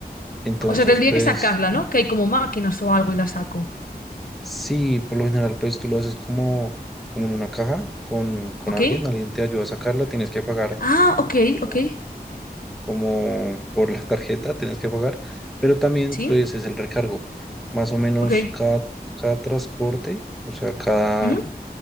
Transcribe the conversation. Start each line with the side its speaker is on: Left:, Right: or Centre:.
Centre: Entonces,
Left: O sea, tendría
Centre: pues
Left: que sacarla, ¿no? Que hay como máquinas o algo y la saco.
Centre: sí, por lo general, pues tú lo haces como, como en una caja con, con
Left: ¿Ok?
Centre: alguien, alguien te ayuda a sacarla, tienes que pagar
Left: Ah, ok,
Centre: como,
Left: ok.
Centre: como por la tarjeta, tienes que pagar, pero también
Left: Sí,
Centre: pues es el recargo. Más o menos
Left: ok.
Centre: cada, cada transporte, o sea, cada,
Left: ¿Mm?